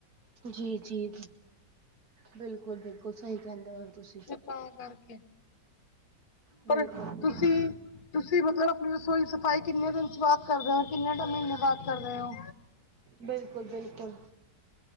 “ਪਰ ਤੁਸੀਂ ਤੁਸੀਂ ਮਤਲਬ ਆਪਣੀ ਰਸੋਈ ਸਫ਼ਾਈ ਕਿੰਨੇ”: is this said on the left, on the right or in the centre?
Left